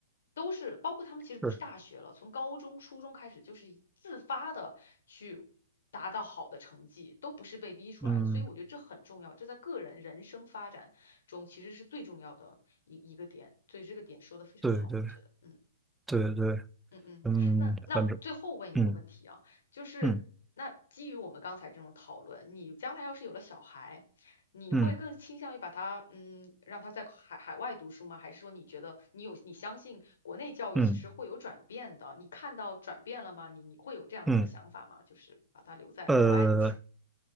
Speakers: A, on the left; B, in the centre.
A: 都是包括他们其实不是大学了，
B: 是，
A: 从高中、初中开始就是自发的去达到好的成绩，都不是被逼出来的。
B: 嗯
A: 所以我觉得这很重要，这在个人人生发展中其实是最重要的一一个点。所以这个点说的非常好，
B: 对对
A: 我觉得，嗯。
B: 对对，
A: 嗯嗯，
B: 嗯，
A: 那那最后问一个问题啊，
B: 反正嗯
A: 就是那基于我们刚才这种讨论，
B: 嗯
A: 你将来要是有了小孩，你会更倾向于把他嗯让他在海海外读书吗？
B: 嗯
A: 还是说你觉得你有你相信国内教育其实会有转变的？
B: 嗯
A: 你看到转变了吗？你你会有这样子的想法吗？
B: 嗯，
A: 就是把他留在国外读书，
B: 呃，